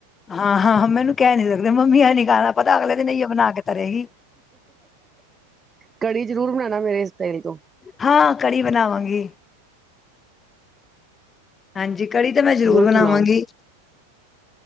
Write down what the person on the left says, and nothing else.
ਹਾਂ-ਹਾਂ-ਹਾਂ ਮੈਨੂੰ ਕਹਿ ਨੀ ਸਕਦੇ ਮੰਮੀ ਇਹ ਨੀ ਖਾਣਾ ਪਤਾ ਅਗਲੇ ਦਿਨ ਇਹਓ ਬਣਾ ਕੇ ਧਰੇਗੀ।
ਹਾਂ ਕੜੀ ਬਣਾਵਾਂਗੀ। ਹਾਂਜੀ ਕੜੀ ਤਾਂ ਮੈਂ ਜ਼ਰੂਰ
ਬਣਾਵਾਂਗੀ।